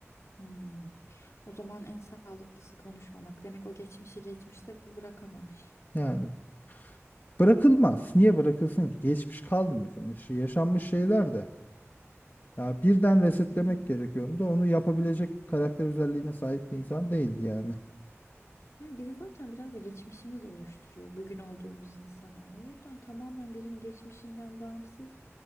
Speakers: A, on the left; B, on the left.
A: Hmm. O zaman en sağlıklısı konuşmamak. Demek o geçmişi geçmişte bırakamamış.
B: Yani bırakılmaz. Niye bırakılsın ki? Geçmiş kalmıyor sonuçta. Yaşanmış şeyler de. Ya birden resetlemek
A: Ya.
B: gerekiyordu da onu yapabilecek karakter özelliğine sahip bir insan değildi yani.
A: Yani bizi zaten biraz da geçmişimiz oluşturuyor bugün olduğumuz insanı. O yüzden tamamen birini geçmişinden bağımsız